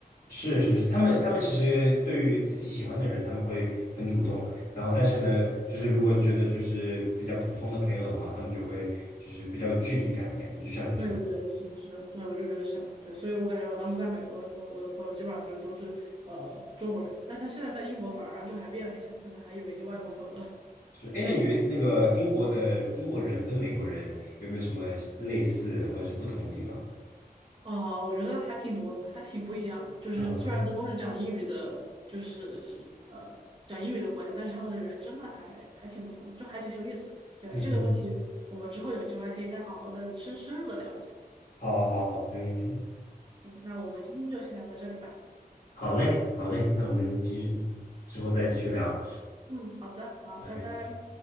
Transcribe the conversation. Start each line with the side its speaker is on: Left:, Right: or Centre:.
Left: 是是是，他们他们其实对于自己喜欢的人，他们会很主动。然后，但是呢，就是如果觉得就是比较普通的朋友的话，他们就会就是比较有距离感的感觉，就像你说的。
Right: 对对，是的，是的，对，我就觉得是的，对，所以我感觉我当时在美国的时候，我的朋友基本上就都是呃中国人，但他现在在英国反而就还变了一下，可能还有一些外国朋友了。
Left: 是，哎，那你觉得那个英国的英国人跟美国人有没有什么类似或者是不同的地方？
Right: 啊，我觉得还挺多的，还挺不一样的。就是虽然都是讲英语的，
Left: 啊，
Right: 就是呃讲英语的国家，但是他们的人真的还还挺不同的，就还挺有意思。对，
Left: 嗯哼，
Right: 这个问题我们之后有机会还可以再好好的深深入的聊一下。
Left: 好，好，好，没问题，
Right: 行，那我们今天就先聊到这里吧。
Left: 好嘞，好嘞，那我们继续，之后再继续聊，
Right: 嗯，好的，好，
Left: 拜。
Right: 拜拜。